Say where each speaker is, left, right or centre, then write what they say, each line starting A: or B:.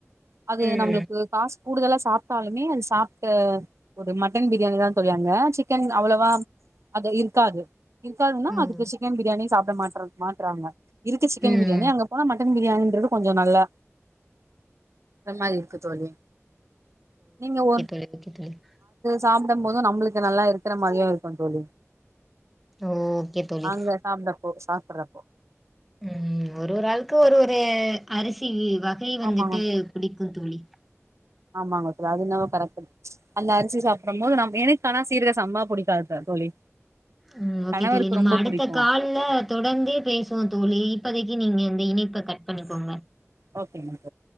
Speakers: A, on the right; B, in the centre.
A: அது
B: ம்
A: நம்ளுக்கு காஸ் கூடுதலா சாப்ட்டாலுமே அது சாப் ட் ஒரு மட்டன் பிரியாணி தா தோழி அங்க சிக்கன் அவ்வளவா அது இருக்காது. இருக்காதுன்னா
B: ம்
A: அதுக்கு சிக்கன் பிரியாணி சாப் இந்த மாற்றம் மாட்றாங்க. இருக்கு சிக்கன்
B: ம்
A: பிரியாணி அங்க போனா மட் சிக்கன் பிரியாணின்றது கொஞ்ச நல்லா இந்த மாதிரி இருக்கு தோழி நீங்க ஒர்
B: <inaudible>
A: சாப்புடும் போதும் நம்மளுக்கு நல்லா இருக்கிற மாரியு இருக்கு தோழி
B: ஓகே தோழி
A: அங்க சாப்டப்போ சாப்பட்றப்போ
B: ம் ஒரு ஒரு ஆளுக்கு ஒரு ஒரு <inaudible> அரிசி வகை வந்துட்டு
A: ஆமாங்க
B: பிடிக்கு தோழி
A: ஆமாங்க தோழி அது என்னவோ கரெக்ட் அந்த அரிசி சாப்டும் போது நம்ம எனக்கானா சீரக சம்பா புடிக்காது தா தோழி
B: ம் ஓகே
A: கணவருக்கு
B: தோழி நம்ம
A: ரொம்ப
B: அடுத்த
A: புடிக்கு
B: கால் ல தொடர்ந்தே பேசுவோ தோழி இப்பத க்கு நீங்க இந்த இணைப்ப கட் பண்ணிக்கோங்க
A: ஓகே ங்க